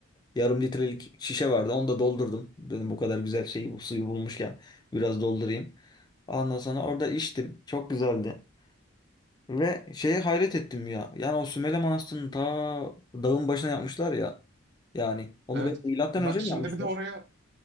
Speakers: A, on the left; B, on the right.
A: E, yarım litrelik şişe vardı. Onu da doldurdum. Dedim bu kadar güzel şeyi bu suyu bulmuşken biraz doldurayım. Ondan sonra orada içtim. Çok güzeldi. Ve şeye hayret ettim ya. Yani o Sümele Manastırı'nı ta dağın başına yapmışlar ya. Yani onu
B: Evet.
A: belki milattan
B: Bak
A: önce
B: şimdi
A: mi yapmışlar?
B: bir de oraya